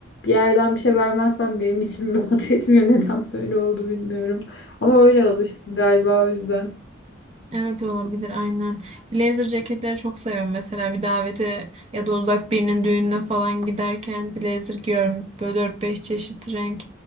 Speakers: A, on the left; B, on the right.
A: bir yerden bir şey vermezsen benim içim <laughs> rahat etmiyor. Neden böyle oldu bilmiyorum. Ama öyle alıştım galiba o yüzden.
B: Evet olabilir aynen. Blazer ceketleri çok seviyorum. Mesela bir davete ya da uzak birinin düğününe falan giderken blazer giyiyorum. Böyle 4-5 çeşit renk